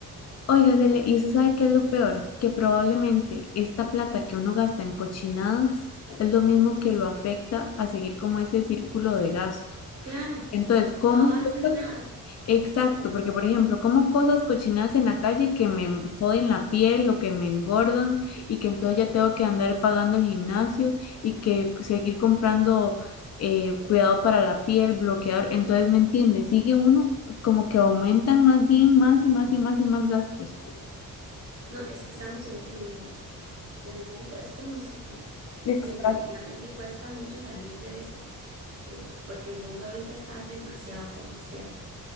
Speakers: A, on the left; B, on the right.
A: Oiga, Cele, ¿y usted sabe qué es lo peor? Que probablemente esta plata que uno gasta en cochinadas es lo mismo que lo afecta a seguir como ese círculo de gasto.
B: Claro,
A: Entonces, como
B: no avanza
A: cosas
B: en nada.
A: Exacto, porque por ejemplo, como cosas cochinadas en la calle que me joden la piel o que me engordan y que entonces ya tengo que andar pagando el gimnasio y que seguir comprando eh, cuidado para la piel, bloqueador, entonces me entiende, sigue uno como que aumentan más bien más y más y más y más gastos.
B: No, es que estamos en, en, en un, co- es como un ciclo
A: Exacto.
B: y definitivamente cuesta mucho salir de eso, eh, porque el mundo ahorita está demasiado comercial.